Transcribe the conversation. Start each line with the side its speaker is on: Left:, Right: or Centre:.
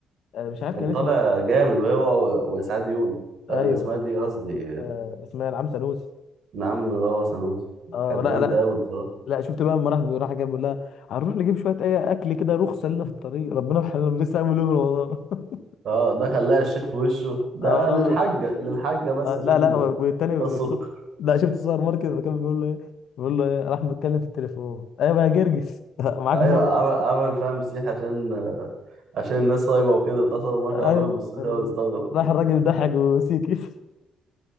Left: آه، مش عارف
Right: كان
Left: كان
Right: طالع
Left: اسمه
Right: جامد وهو و- وسعاد يونس
Left: ايوه
Right: آه، اسمها دي قصدي
Left: آه اسمها العم سانوس
Right: نعم اه سنوس
Left: اه
Right: كانت
Left: لا
Right: جامدة
Left: لا
Right: أوي بصراحة
Left: لا شفت بقى لما راح راح جاب بيقول لها هنروح نجيب شويه اي اكل كده رخصه لنا في الطريق ربنا يرحمنا لسه عامل يوم رمضان <laughs>
Right: اه ده خلاها الشيخ في وشه ده
Left: اه رمضان
Right: للحاجة للحاجة بس
Left: آه
Right: عشان
Left: لا لا والتاني السوق-
Right: ده الصدق
Left: لا شفت السوبر ماركت لما كان بيقول له ايه بيقول له ايه راح متكلم في التليفون ايوه يا جرجس <laughs> معاك
Right: أيوة
Left: مر
Right: عمل عمل فيها مسيح عشان عشان الناس صايمة وكده اتصل الماركة
Left: أيوة.
Right: عماله بالصوت كده ويستغرب
Left: راح الراجل ضحك وسيكت